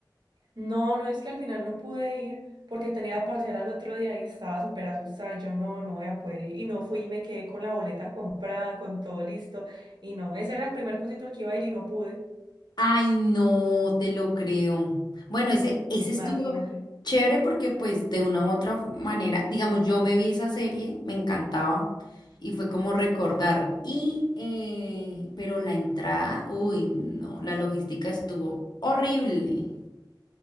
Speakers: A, on the right (about 70°); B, on the left (about 65°).
A: No, no, es que al final no pude ir porque tenía parcial al otro día y estaba súper asustada y yo no, no voy a poder ir. Y no fui y me quedé con la boleta comprada, con todo listo. Y no, ese era el primer concierto al que iba a ir y no pude,
B: Ay, no te lo creo. Bueno, ese, ese
A: imagínate.
B: estuvo chévere porque pues de una u otra manera, digamos, yo me vi esa serie, me encantaba y fue como recordar. Y, eh, pero la entrada, uy, no, la logística estuvo horrible.